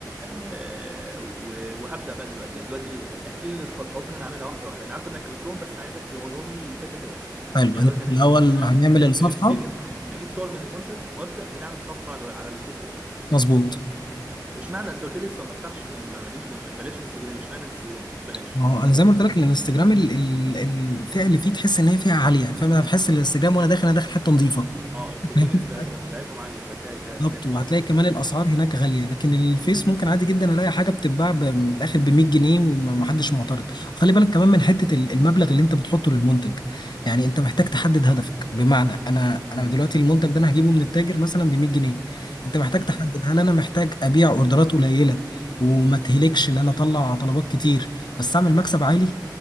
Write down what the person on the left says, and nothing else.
حلو
انت
في الاول
هنعمل الصفحه
مظبوط
ما هو انا زي ما قلت لك الانستجرام ال- ال- الفئه اللي فيه تحس ان هي فئه عاليه فاهم انا بحس الانستجرام وانا داخل انا داخل حته نظيفه
<laughs>
بالظبط
وهتلاقي
كمان الاسعار هناك غاليه لكن الفيس ممكن عادي جدا الاقي حاجه بتتباع ب- من الاخر ب 100 جنيه ومحدش معترض خلي بالك كمان من حته ال- المبلغ اللي انت بتحطه للمنتج يعني انت محتاج تحدد هدفك بمعنى انا
انا دلوقتي المنتج ده انا هجيبه من التاجر مثلا ب 100 جنيه انت محتاج
تحدد هل انا محتاج ابيع اوردرات قليله وما تهلكش ان انا اطلع طلبات كتير بس اعمل مكسب عالي